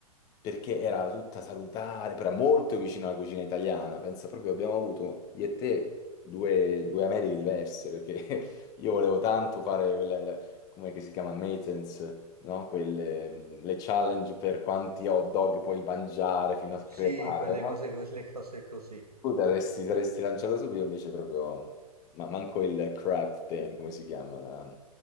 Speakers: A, on the left; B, on the right.
A: perché era tutta salutare, però era molto vicino alla cucina italiana. Pensa proprio, abbiamo avuto io e te due, due Americhe diverse, perché <laughs> io volevo tanto fare quella, la- come che si chiama, maintenance, no? Quelle, mm, le challenge per quanti hot dog puoi mangiare fino a
B: Sì,
A: crepare,
B: quelle
A: no?
B: cose, quelle cose così.
A: Tu t'avresti saresti lanciato subito invece proprio, ma manco il crab thing, come si chiama? la-